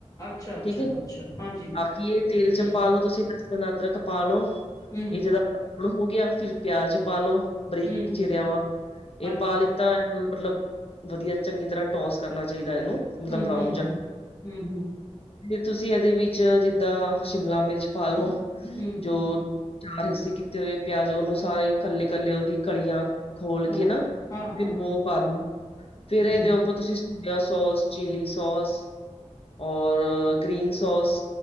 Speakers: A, on the left; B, on the left.
A: ਅੱਛਾ ਅੱਛਾ
B: ਠੀਕ ਹੈ
A: ਅੱਛਾ ਹਾਂਜੀ
B: ਬਾਕੀ ਇਹ ਤੇਲ ਚ
A: ਹਮ
B: ਪਾ ਲੋ ਤੁਸੀਂ ਅਦਰਕ ਪਾਾਲੋ
A: ਹਮ
B: ਇਹ ਜਦਾਣ ਹੋ ਗਿਆ ਫਿਰ ਪਿਆਜ ਪਾਾਲੋ ਬਰੀਕ
A: ਹਮ
B: ਚਰਿਆ
A: ਹਮ
B: ਵਾ ਇਹ
A: ਹਾਂਜੀ
B: ਪਾਾਲ ਤਾਂ ਇਹ ਮਤਲਬ ਵਧੀਆ ਚੰਗੀ ਤਰ੍ਹਾਂ ਟੋਸ ਕਰਨਾ ਚਾਹੀਦਾ ਇਹਨੂੰ ਮਤਲਬ
A: ਹਮ
B: ਬਰਾਊਨ
A: ਹਮ ਹਮ
B: ਫਿਰ ਤੁਸੀਂ ਇਹਦੇ ਵਿੱਚ ਜਿੱਦਾਂ ਸ਼ਿਮਲਾ ਮਿਰਚ ਪਾਾਲਓ
A: ਹਮ ਹਮ ਹਮ ਹਮ
B: ਜੋ ਚਾਰ ਹਿੱਸੇ ਕੀਤੇ ਹੋਏ ਪਿਆਜ ਉਹਨੂੰ ਸਾਰੇ ਇਕੱਲੇ ਕੱਲੇ ਉਹਦੀ ਕਲੀਆਂ ਖੋਲ
A: ਹਾਂ
B: ਕੇ ਨਾ
A: ਹਾਂ
B: ਫਿਰ
A: ਹਾਂ ਹਾਂ
B: ਉਹ ਪਾ ਲ ਫੇਰ ਇਹਦੇ
A: ਹਮ
B: ਉੱਪਰ ਤੁਸੀਂ ਪੂਲਾ ਸੌਸ ਚਲੀ ਸੌਸ ਔਰ ਗ੍ਰੀਨ ਸੌਸ